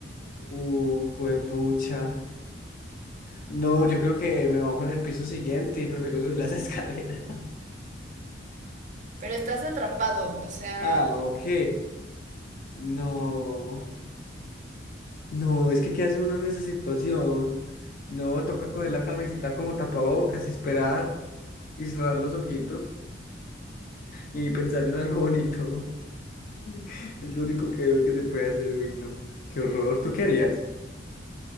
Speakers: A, on the left; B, on the right.
A: Uh, juepucha. No, yo creo que me bajo en el piso siguiente y prefiero subir las <laughs> escaleras.
B: Pero estás atrapado, o sea,
A: Ah, ok. No, no, es que ¿qué hace uno en esa situación? No, toca coger la camisita como tapabocas y esperar y cerrar los ojitos y pensar en algo bonito. <laughs> Es lo único que veo que se puede hacer, uy, no. Qué horror, ¿tú qué harías?